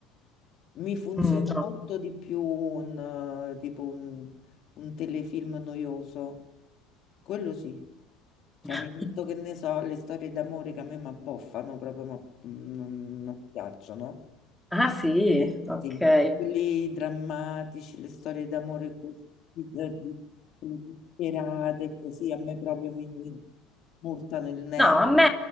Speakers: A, on the left; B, in the centre.
A: Mi funziona
B: Mm, no.
A: molto di più un eh, tipo un, un telefilm noioso. Quello sì. Cioè,
B: <laughs>
A: mi metto che ne so, le storie d'amore che a me mi abboffano proprio, ma mm, non, non mi piacciono.
B: Ah sì, ok.
A: Sì, quelli drammatici, le storie d'amore così, eh, di- quelle disperate, così a me proprio mi, mi murtano il nervo.
B: No, a me,